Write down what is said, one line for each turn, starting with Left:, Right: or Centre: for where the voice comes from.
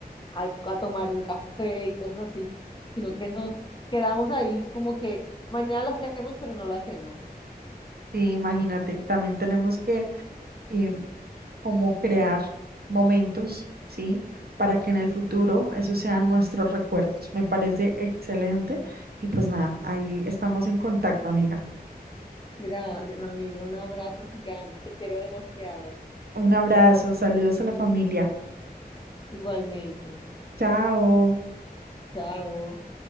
Left: a, a tomar un café y cosas así, sino que nos quedamos ahí como que mañana lo hacemos, pero no lo hacemos.
Right: sí, imagínate. También tenemos que, eh, cómo crear momentos, ¿sí? Para que en el futuro esos sean nuestros recuerdos. Me parece excelente. Y pues nada, ahí estamos en contacto, amiga.
Left: Gracias, amiga. Un abrazo gigante. Te quiero demasiado.
Right: Un abrazo, saludos a la familia.
Left: Igualmente.
Right: Chao.
Left: Chao.